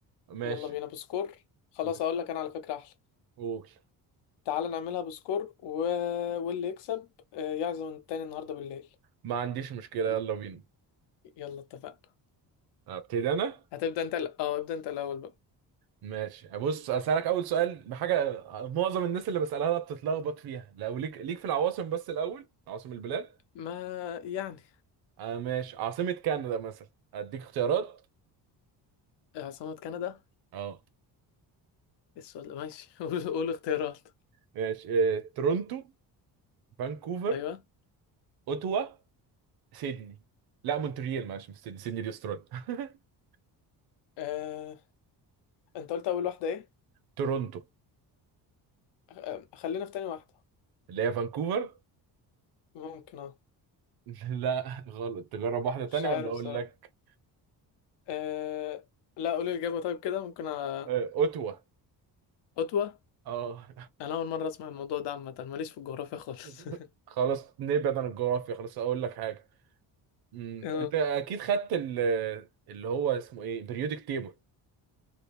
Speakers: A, on the right (about 60°); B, on the left (about 80°).
A: ماشي
B: يلا بينا بسكور خلاص
A: بس
B: أقول لك أنا على فكرة أحلى
A: قول
B: تعال نعملها بسكور و... واللي يكسب آه، يعزم التاني النهاردة بالليل
A: ما عنديش مشكله
B: م-
A: يلا بينا
B: يلا اتفقنا
A: ابتدي انا
B: هتبدأ أنت الأ- أه ابدأ أنت الأول بقى
A: ماشي بص اسالك اول سؤال بحاجه معظم الناس اللي بسالها لها بتتلخبط فيها لو ليك ليك في العواصم بس الاول عواصم البلاد
B: ما يعني
A: آه ماشي عاصمة كندا مثلا اديك اختيارات
B: عاصمة كندا
A: اه
B: السؤال ده ماشي <laughs> قول قول اختيارات
A: ماشي آه، تورونتو فانكوفر
B: أيوه
A: اوتوا سيدني لا مونتريال معلش مش سيدني سيدني دي استراليا <laughs>
B: أه... أنت قلت أول واحدة إيه؟
A: تورونتو
B: آه، خلينا في تاني واحدة
A: اللي هي فانكوفر
B: ممكن أه
A: <laughs> لا غلط تجرب واحدة تانية
B: مش عارف
A: ولا اقول
B: الصراحة
A: لك
B: أه... لا قولي الإجابة طيب كده ممكن أ...
A: آه، اوتوا
B: خطوة
A: اه
B: أنا أول مرة أسمع الموضوع ده عامة ماليش في الجغرافيا خالص
A: <laughs>
B: <laughs>
A: خلاص نبعد عن الجغرافيا خلاص اقول لك حاجة مم،
B: آه،
A: انت اكيد خدت ال- اللي هو اسمه ايه بريودك تيبل